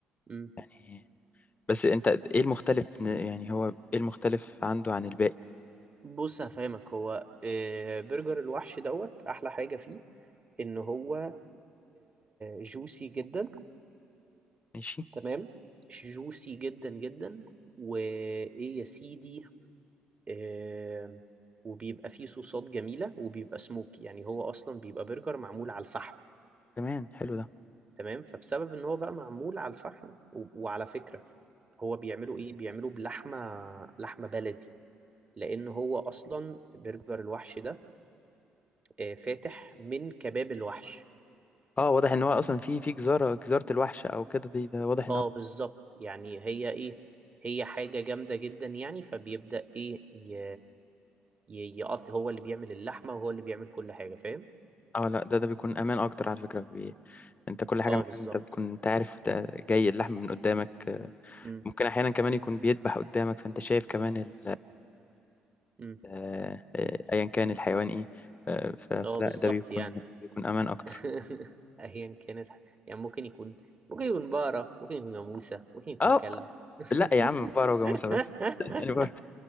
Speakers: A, on the right; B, on the left.
A: مم.
B: يعني بس أنت إيه المختلف يعني هو إيه المختلف عنده عن الباقي
A: بص هفهمك هو آه، برجر الوحش دوت احلى حاجه فيه ان هو جوسي جدا
B: ماشي
A: تمام جوسي جدا جدا وايه يا سيدي آه وبيبقى فيه صوصات جميلة وبيبقى سموك يعني هو أصلا بيبقى برجر معمول على الفحم
B: تمام حلو ده
A: تمام فبسبب إن هو بقى معمول على الفحم و... وعلى فكرة هو بيعملوا إيه بيعملوا بلحمة لحمة بلدي لأن هو أصلا برجر الوحش ده آه فاتح من كباب الوحش
B: اه واضح ان هو اصلا في في جزاره جزاره الوحش او كده دي ده واضح ان
A: اه
B: هو
A: بالظبط يعني هي إيه هي حاجة جامدة جدا يعني فبيبدأ إيه ي... ي- يقط هو اللي بيعمل اللحمة وهو اللي بيعمل كل حاجة فاهم
B: اه لا ده ده بيكون امان اكتر على فكره بي... انت كل حاجه
A: اه
B: مثلا
A: بالظبط
B: انت بتكون انت عارف ده جاي اللحم من قدامك آه،
A: امم
B: ممكن احيانا كمان يكون بيذبح قدامك فانت شايف كمان ال...
A: امم
B: آه، آه، ايا كان الحيوان ايه آه، ف... فلا
A: اه بالظبط
B: ده بيكون
A: يعني
B: بيكون امان اكتر
A: <laughs> ايا كانت يعني ممكن يكون ممكن يكون بقرة ممكن يكون جاموسة ممكن يكون
B: اه
A: كلب <laughs>
B: لا يا عم بقرة وجاموسة بس <laughs> يعني بقرة